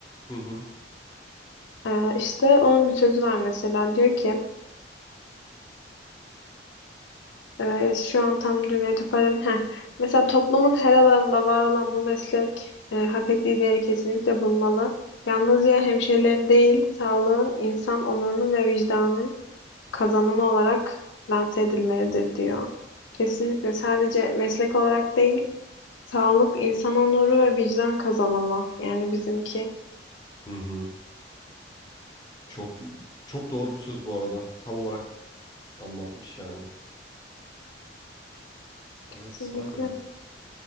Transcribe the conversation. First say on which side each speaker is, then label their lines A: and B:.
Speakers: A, on the left; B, on the left.
A: Hı hı.
B: E, işte onun bir sözü var mesela diyor ki e, şu an tam cümleyi toparlayayım. Heh. Mesela toplumun her alanında var olan bu meslek e, hak ettiği değeri kesinlikle bulmalı. Yalnızca hemşirelerin değil, sağlığın, insan onurunun ve vicdanın kazanımı olarak lanse edilmelidir diyor. Kesinlikle sadece meslek olarak değil, sağlık, insan onuru ve vicdan kazanımı. Yani bizimki
A: Hı hı. Çok çok doğru bir söz bu arada. Tam olarak anlatmış yani.
B: kesinlikle.
A: Evet, vay be.